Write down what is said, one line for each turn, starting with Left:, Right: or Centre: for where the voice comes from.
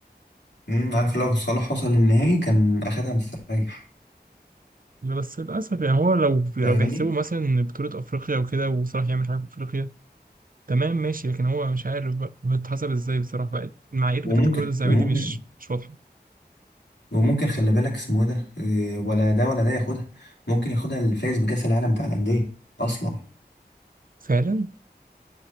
Left: أمم، عارف لو صلاح وصل للنهائي كان أخدها مستريح
Right: بس للاسف يعني هو لو لو
Left: فاهمني
Right: بيحسبوا مثلا بطوله افريقيا وكده وصلاح يعمل حاجه في افريقيا تمام ماشي لكن هو مش عارف بقى بتحسب ازاي بصراحة بقى المعايير
Left: وممكن
Right: بتاعت الكرة الذهبية
Left: وممكن
Right: دي مش مش واضحة
Left: وممكن خلي بالك اسمه إيه ده إيه، ولا ده ولا ده ياخدها ممكن ياخدها الفايز بكأس العالم بتاع الأندية أصلا
Right: فعلا